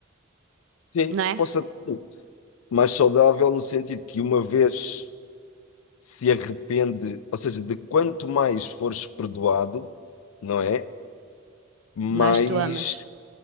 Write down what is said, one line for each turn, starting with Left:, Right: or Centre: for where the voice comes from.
Left: Sim,
Right: não é?
Left: possa ser mais saudável no sentido que uma vez se arrepende, ou seja, de quanto mais fores perdoado, não é? Mais,
Right: Mas tu amas.